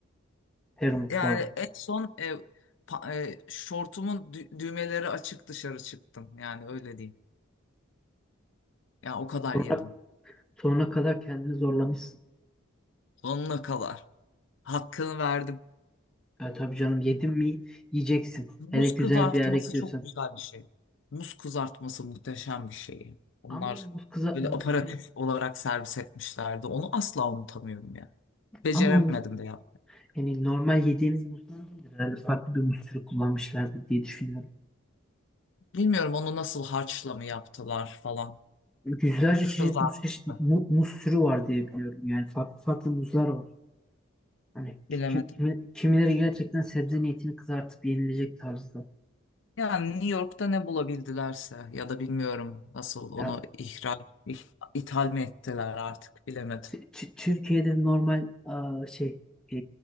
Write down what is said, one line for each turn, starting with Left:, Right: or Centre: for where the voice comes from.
Centre: peri mutfağı?
Left: Yani en son e, pa- e, şortumun dü- düğmeleri açık dışarı çıktım. Yani öyle diyeyim. Ya o kadar
Centre: Sonra,
Left: yedim.
Centre: sonra kadar kendini zorlamışsın.
Left: Sonuna kadar. Hakkını verdim.
Centre: Ya tabii canım yedin mi yiyeceksin.
Left: Muz
Centre: Hele güzel
Left: kızartması
Centre: bir yere gidiyorsan.
Left: çok güzel bir şey. Muz kızartması muhteşem bir şey. Onlar
Centre: Ama o muz kıza
Left: böyle
Centre: muz,
Left: aparatif
Centre: muz
Left: olarak servis etmişlerdi. Onu asla unutamıyorum ya. Beceremedim
Centre: ama o muz
Left: de ya.
Centre: hani normal yediğimiz muzdan değildir. Herhalde farklı bir muz türü kullanmışlardır diye düşünüyorum.
Left: Bilmiyorum onu nasıl harçla mı yaptılar falan.
Centre: Yüzlerce
Left: Kızarmış
Centre: çeşit muz, çeşit,
Left: mı?
Centre: mu- muz türü var diye biliyorum. Yani farklı farklı muzlar var. Hani
Left: Bilemedim.
Centre: kim, kimi- kimileri gerçekten sebze niyetini kızartıp yenilecek tarzda.
Left: Yani New York'ta ne bulabildilerse ya da bilmiyorum nasıl onu
Centre: Ya
Left: ihraç, ih- ithal mi ettiler artık bilemedim.
Centre: T- T- Türkiye'de normal aa, şey e,